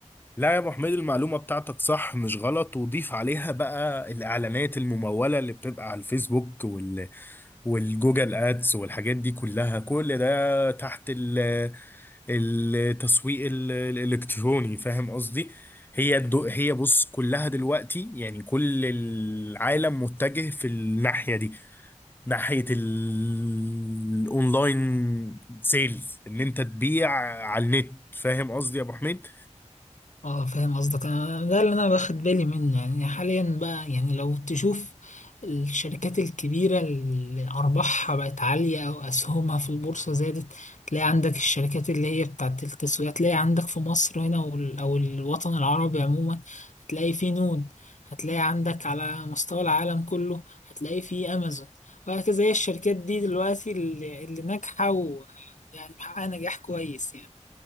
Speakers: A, on the left; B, on the left.
A: لا يا ابو حميد المعلومه بتاعتك صح مش غلط وضيف عليها بقى الاعلانات المموله اللي بتبقى على الفيسبوك وال والجوجل ادز والحاجات دي كلها كل ده تحت ال التسويق ال- الالكتروني فاهم قصدي هي الدو هي بص كلها دلوقتي يعني كل العالم متجه في الناحيه دي ناحيه ال- الاونلاين سيلز ان انت تبيع على النت فاهم قصدي يا ابو حميد
B: اه فاهم قصدك انا ده اللي انا باخد بالي منه يعني حاليا بقى يعني لو تشوف الشركات الكبيرة اللي أرباحها بقت عالية أو أسهمها في البورصة زادت تلاقي عندك الشركات اللي هي بتاعت التسويق تلاقي عندك في مصر هنا وال- أو الوطن العربي عموما هتلاقي في نون هتلاقي عندك على مستوى العالم كله هتلاقي في أمازون وهكذا هي الشركات دي دلوقتي اللي, اللي ناجحة ويعني محققة نجاح كويس يعني